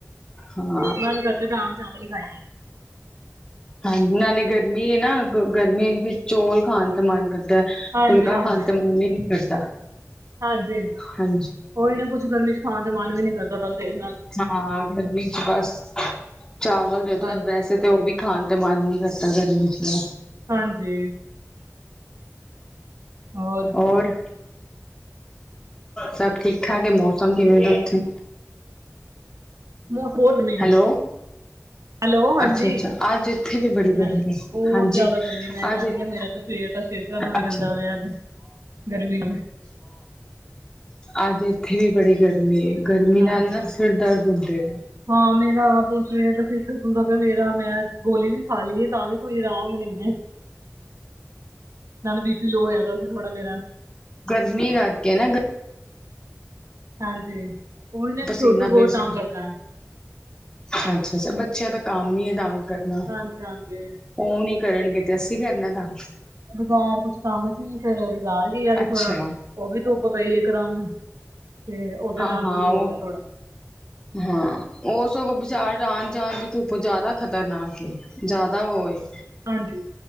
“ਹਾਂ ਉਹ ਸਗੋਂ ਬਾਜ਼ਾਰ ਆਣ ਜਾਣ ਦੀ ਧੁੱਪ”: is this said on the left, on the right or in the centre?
Left